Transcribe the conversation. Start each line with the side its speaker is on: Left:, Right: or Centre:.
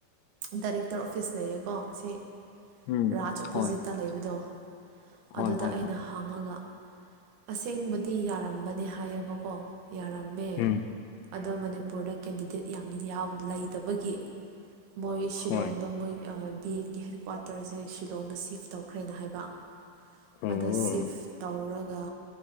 Right: ꯗꯥꯏꯔꯦꯛꯇꯔ ꯑꯣꯐꯤꯁ ꯂꯩꯌꯦꯀꯣ ꯁꯤ
Left: ꯎꯝ
Right: ꯔꯥꯖ ꯑꯣꯄꯣꯖꯤꯠꯇ
Left: ꯍꯣꯏ
Right: ꯂꯩꯕꯗꯣ
Left: ꯍꯣꯏ
Right: ꯑꯗꯨꯗ
Left: ꯍꯣꯏ
Right: ꯑꯩꯅ
Left: ꯍꯣꯏ
Right: ꯍꯥꯡꯉꯒ ꯑꯁꯦꯡꯕ ꯑꯗꯨ ꯌꯥꯔꯝꯕꯅꯦ ꯍꯥꯏꯌꯦꯕꯀꯣ ꯌꯥꯔꯝ
Left: ꯎꯝ
Right: ꯑꯗꯣ ꯃꯅꯤꯄꯨꯔꯗ ꯀꯦꯟꯗꯤꯗꯦꯠ ꯌꯥꯝ ꯌꯥꯎ ꯂꯩꯇꯕꯒꯤ ꯃꯣꯏ ꯁꯤꯂꯣꯡꯗ
Left: ꯍꯣꯏ
Right: ꯃꯣꯏ ꯑ ꯕꯤ ꯑꯦꯗꯀꯤ ꯍꯦꯗꯀ꯭ꯋꯥꯇꯔꯁꯦ ꯁꯤꯂꯣꯡꯗ ꯁꯤꯐ ꯇꯧꯈ꯭ꯔꯦꯅ ꯍꯥꯏꯕ
Left: ꯑꯣ
Right: ꯑꯗꯣ ꯁꯤꯐ ꯇꯧꯔꯒ ꯗ